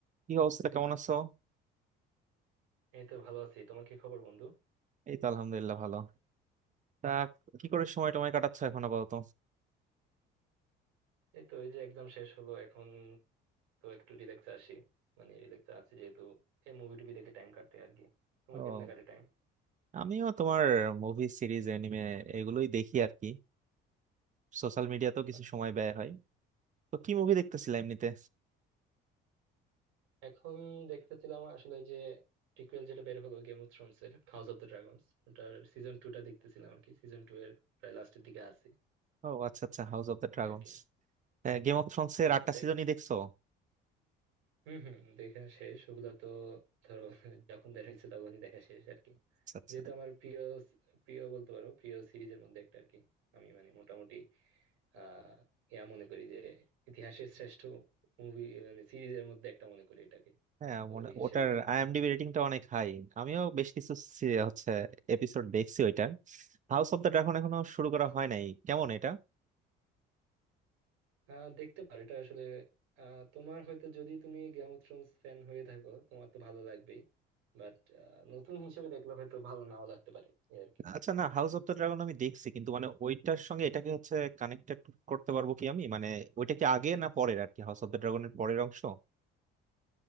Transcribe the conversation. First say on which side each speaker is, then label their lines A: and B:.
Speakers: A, on the right (about 35°); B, on the right (about 85°).
A: কি অবস্থা কেমন আছো
B: এই তো ভালো আছি তোমার কি খবর বন্ধু
A: এই তো আলহামদুলিল্লাহ ভালো তা কি করে সময় টময় কাটাচ্ছ এখন আপাতত
B: এই তো এই যে এক্সাম শেষ হলো এখন তো একটু রিল্যাক্সে আসি মানে রিল্যাক্সে আছি যেহেতু এই মুভি টুভি দেখে টাইম কাটতে আর কি তোমার
A: ও
B: কেমনে কাটে টাইম
A: আমিও তোমার মুভি সিরিজ এনিমে এগুলোই দেখি আর কি সোশ্যাল মিডিয়াতেও কিছু
B: আচ্ছা
A: সময় ব্যয় হয় তো কি মুভি দেখতেছিলা এমনিতে
B: এখন দেখতেছিলাম আসলে যে প্রিকুয়েল যেটা বের হলো গেম অফ থ্রোনস এর হাউস অফ দ্য ড্রাগনস ওটার সিজন টু টা দেখতেছিলাম আর কি সিজন টু এর প্রায় লাস্টের দিকে আছি
A: ও আচ্ছা আচ্ছা House of the Dragons
B: আর কি
A: Game of Thrones
B: হম
A: এর আটটা
B: দেখ
A: সিজনই দেখছো
B: হম হম দেখা শেষ ওগুলো তো ধরো যখন দেখা হয়েছে তখনই দেখা শেষ আর কি
A: আচ্ছা আচ্ছা
B: যেহেতু আমার প্রিয় প্রিয় বলতে পারো প্রিয় সিরিজের মধ্যে একটা আর কি আমি মানে মোটামুটি আহ ইয়া মনে করি যে ইতিহাসের শ্রেষ্ঠ মুভি মানে সিরিজের মধ্যে একটা মনে করি এটাকে
A: হ্যাঁ
B: তো
A: মনে
B: ওই হিসেবে
A: ওটার আইএমডিবি
B: বেশি
A: রেটিংটা
B: দেখি আর
A: অনেক
B: কি।
A: হাই আমিও বেশ কিছু সি- হচ্ছে
B: হুম।
A: এপিসোড দেখছি ওইটার হাউস অফ দ্য ড্রাগন এখনো শুরু করা
B: আচ্ছা
A: হয় নাই কেমন এটা
B: আহ দেখতে পারো এটা আসলে আহ তোমার হয়তো যদি তুমি গেম অফ থ্রোনস ফ্যান হয়ে থাকো তোমার তো ভালো লাগবেই বাট নতুন হিসেবে দেখলে হয়তো ভালো নাও লাগতে পারে এই আর কি
A: আচ্ছা না হাউস অফ দ্য ড্রাগন আমি দেখছি কিন্তু মানে ওইটার সঙ্গে এটাকে হচ্ছে কানেক্টেড করতে পারবো কি আমি মানে ওইটা কি আগে না পরের আর কি হাউস অফ দ্য ড্রাগনের পরের অংশ